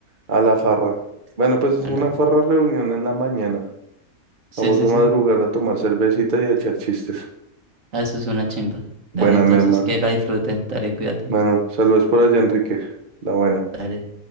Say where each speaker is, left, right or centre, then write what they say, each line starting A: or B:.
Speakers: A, on the right; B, on the right.
A: a la farra. Bueno, pues es
B: ala.
A: una farra reunión en la mañana.
B: Sí,
A: Vamos
B: sí,
A: a madrugar
B: sí.
A: a tomar cervecita y a echar chistes.
B: Ah, Eso es una chimba.
A: Buena,
B: Dale, entonces
A: mi hermano.
B: que la disfruten. Dale, cuídate.
A: Bueno, saludos por allá, Enrique. La buena.
B: Dale.